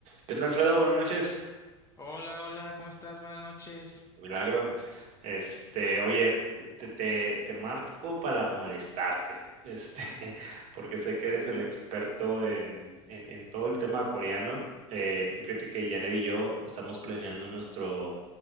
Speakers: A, on the right (about 45°); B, on the left (about 20°).
A: ¿Qué onda, Alfredo? Buenas noches.
B: Hola, hola, ¿cómo estás? Buenas noches.
A: Qué Milagro. Este, oye, te, te, te marco para molestarte, este, <laughs> porque sé que eres el experto en, en- en todo el tema coreano. eh, y fíjate que Janet y yo estamos planeando nuestro